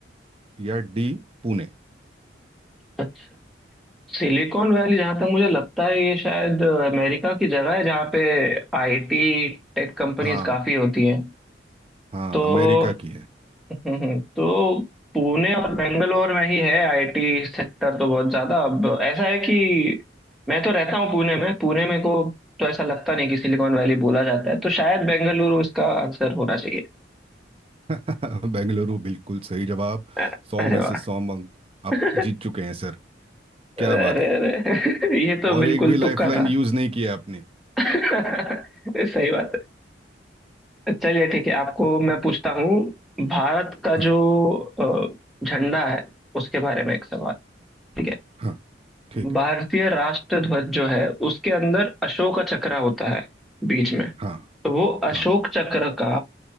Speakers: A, on the right; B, in the centre.
A: या डी पुणे
B: अच्छा सिलिकॉन वैली जहां तक मुझे लगता है ये शायद अमेरिका की जगह है जहाँ पे आईटी टेक कंपनीज
A: हाँ
B: काफी होती हैं
A: हाँ
B: तो
A: अमेरिका की है
B: हम्म हम्म। तो पुणे और बेंगलोर में ही है आईटी सेक्टर तो बहुत ज्यादा अब ऐसा है कि मैं तो रहता हूँ पुणे में पुणे में को तो ऐसा लगता नहीं कि सिलिकॉन वैली बोला जाता है तो शायद बेंगलुरु इसका आंसर होना चाहिए
A: <laughs> बेंगलुरु बिल्कुल सही जवाब
B: अ-
A: सौ
B: अरे
A: में
B: वाह
A: से सौ अंक
B: <laughs>
A: आप जीत चुके हैं सर
B: अरे
A: क्या बात है
B: अरे <laughs> ये तो
A: और
B: बिल्कुल
A: एक भी लाइफलाइन
B: तुक्का था
A: यूज नहीं किया आपने
B: <laughs> सही बात है चलिए ठीक है आपको मैं पूछता हूँ भारत का
A: हाँ
B: जो अ, झंडा है उसके बारे में एक सवाल ठीक है
A: हाँ ठीक
B: भारतीय
A: है
B: राष्ट्र ध्वज जो है उसके अंदर अशोक चक्र होता है बीच में
A: हाँ
B: तो वो अशोक
A: हाँ
B: चक्र का